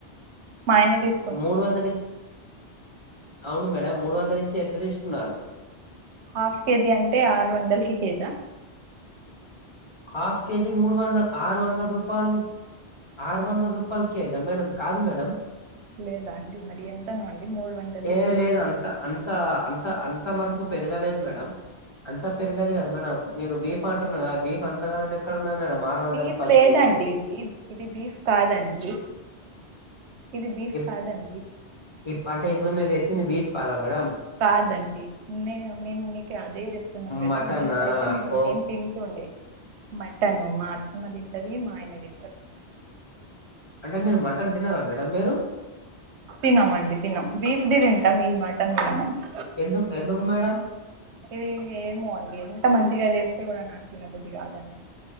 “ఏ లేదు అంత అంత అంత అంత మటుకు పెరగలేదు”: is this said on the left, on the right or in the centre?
Left